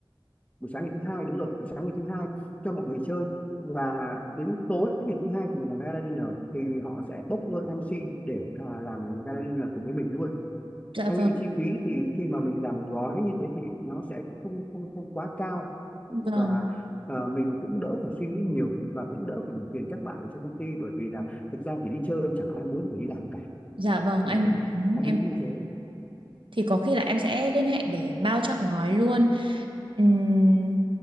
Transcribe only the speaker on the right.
dạ
vâng
vâng
dạ vâng
anh nói đúng
em
thì có khi là em sẽ liên hệ để bao trọn gói luôn Ừm,